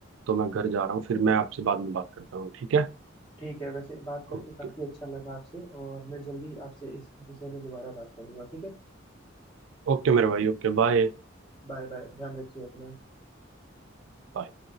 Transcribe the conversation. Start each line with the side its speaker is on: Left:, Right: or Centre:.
Right: तो मैं घर जा रहा हूँ फिर मैं आपसे बाद में बात करता हूँ ठीक है
Left: ठीक है वैसे बात करके
Right: ओके
Left: काफी अच्छा लगा आपसे और मैं जल्दी आपसे इस विषय में दोबारा बात करूंगा ठीक है
Right: ओके मेरे भाई ओके बाय
Left: बाय बाय ध्यान रखिए अपना
Right: बाय